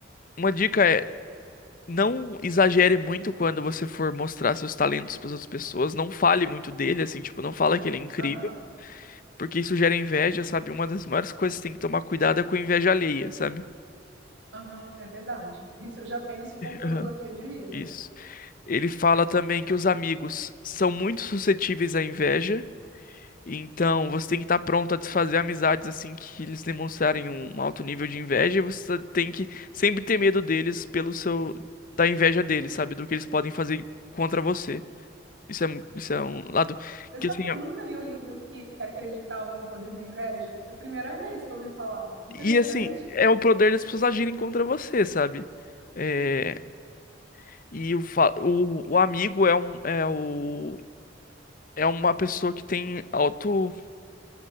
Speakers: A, on the left; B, on the right.
A: uma dica é. não exagere muito quando você for mostrar seus talentos para outras pessoas, não fale muito dele, assim, tipo, não fala que ele é incrível,
B: Aham,
A: porque isso gera inveja, sabe? Uma das maiores coisas que tem que tomar cuidado é com a inveja alheia, sabe?
B: aham, é verdade. Isso eu já penso como filosofia
A: Aham.
B: de vida.
A: Isso. Ele fala também que os amigos são muito suscetíveis à inveja, então você tem que estar pronto a desfazer amizades assim que eles demonstrarem um alto nível de inveja, e você tem que sempre ter medo deles pelo seu da inveja deles, sabe? Do que eles podem fazer contra você. Isso é, isso é um lado
B: Você
A: que
B: sabe
A: assim,
B: que eu
A: é-
B: nunca li um livro que, que acreditava no poder da inveja? É a primeira vez que eu ouvi falar. Interessante.
A: e assim, é o poder das pessoas agirem contra você, sabe? É, e o, fa- o, o amigo é um é o é uma pessoa que tem alto